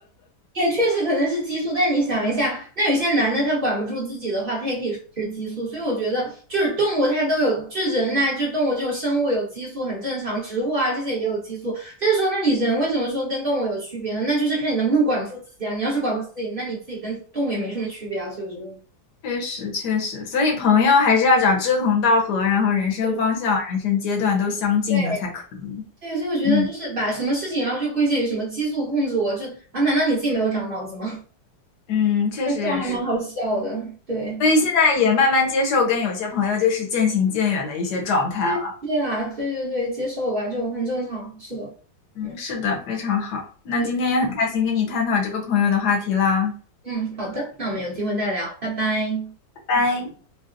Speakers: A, on the right; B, on the left.
A: 也确实可能是激素，但你想一下，那有些男的他管不住自己的话，他也可以说是激素。所以我觉得，就是动物它都有，就人呐、就动物这种生物有激素很正常，植物啊这些也有激素。但是说，那你人为什么说跟动物有区别呢？那就是看你能不能管住自己啊。你要是管不住自己，那你自己跟动物也没什么区别啊。所以我觉得。
B: 确实确实，所以朋友还是要找志同道合，然后人生方向、
A: 对
B: 人生阶段都相近的才可以。
A: 对对，所以我觉得就是把什么事情，
B: 嗯
A: 然后就归结于什么激素控制我，就啊，难道你自己没有长脑子吗？
B: 嗯，
A: <laughs>
B: 确实也是，
A: 这种还蛮好笑的，对。
B: 所以现在也慢慢接受跟有些朋友就是渐行渐远的一些状态了。
A: 对对啊，对对对，接受吧，就很正常，是的，
B: 嗯，
A: 嗯，
B: 是的，非常好。那今天也很开心跟你探讨这个朋友的话题啦，
A: 就是嗯，好的，那我们有机会再聊，拜拜。
B: 拜拜。